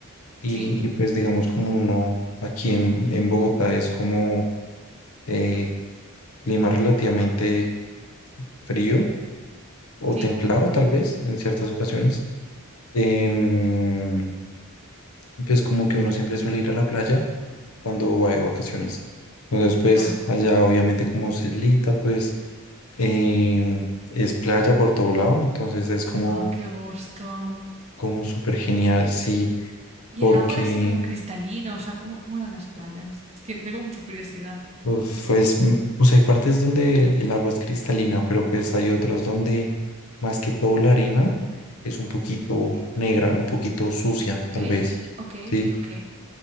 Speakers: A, on the left; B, on the right.
A: y,
B: ¿Sí?
A: y pues digamos como uno aquí en, en Bogotá es como eh, clima relativamente frío o
B: ¿Sí?
A: templado tal vez en ciertas ocasiones. Em, y pues como que uno siempre suele ir a la playa cuando va de vacaciones. Entonces pues
B: Claro.
A: allá obviamente como es islita pues em, es playa por todo lado, entonces es como,
B: Ah, qué gusto.
A: como súper
B: Qué
A: genial,
B: gusto.
A: sí,
B: ¿Y
A: porque
B: el agua era así como cristalina? O sea, ¿cómo, cómo eran las playas? Es que tengo mucha curiosidad.
A: uf, pues, mm, o hay partes donde el agua es cristalina, pero pues hay otros donde más que todo la arena es un poquito
B: ¿Sí?
A: negra, un poquito sucia
B: Ok,
A: tal vez.
B: ok,
A: ¿sí?
B: ok.